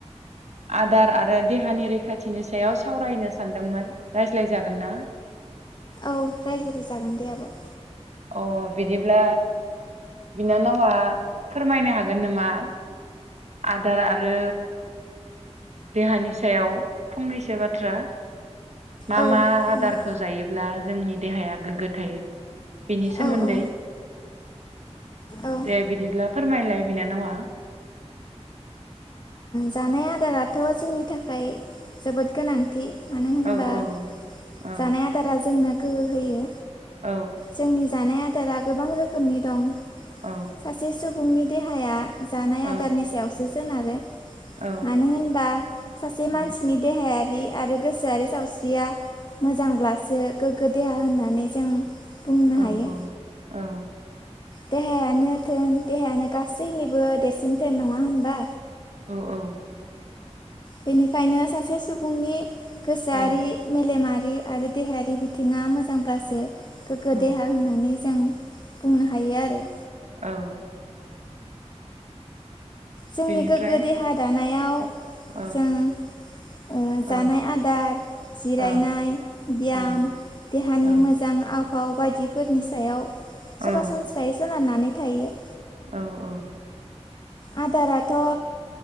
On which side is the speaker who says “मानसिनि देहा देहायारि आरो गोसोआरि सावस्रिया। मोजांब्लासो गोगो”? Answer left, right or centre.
Left